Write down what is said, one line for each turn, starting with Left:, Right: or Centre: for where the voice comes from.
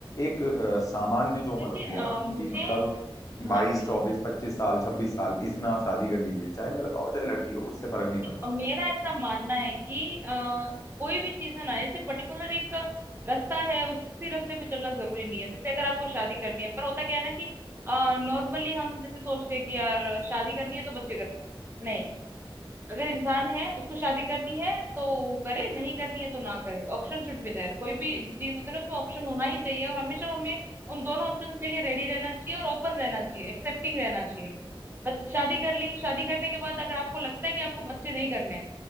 Left: एक अ, सामान्य जो उम्र
Right: देखिए
Left: होती
Right: अ,
Left: है ना कि
Right: मुझे
Left: मतलब
Right: हाँ
Left: बाईस
Right: बिल्कुल
Left: चौबीस पच्चीस साल छब्बीस साल इसमें आप शादी कर लीजिए चाहे लड़का हो चाहे लड़की हो उससे फर्क नहीं पड़ता
Right: अ, मेरा ऐसा मानना है कि अ, कोई भी चीज है ना ऐसे पर्टिकुलर एक रास्ता है उसी रास्ते पे चलना जरूरी नहीं है जैसे अगर आपको शादी करनी है पर होता क्या है ना कि नॉर्मली हम जैसे सोचते हैं कि यार शादी करनी है तो बच्चे करने हैं नहीं अगर इंसान है उसको शादी करनी है तो वो करे नहीं करनी है तो ना करे Option should be there कोई भी चीज होती है ना उसमें ऑप्शन होना ही चाहिए और हमेशा हमें उन दोनों ऑप्शंस के लिए रेडी रहना चाहिए और ओपन रहना चाहिए एक्सेप्टिंग रहना चाहिए बस शादी कर ली शादी करने के बाद अगर आपको लगता है कि आपको बच्चे नहीं करने हैं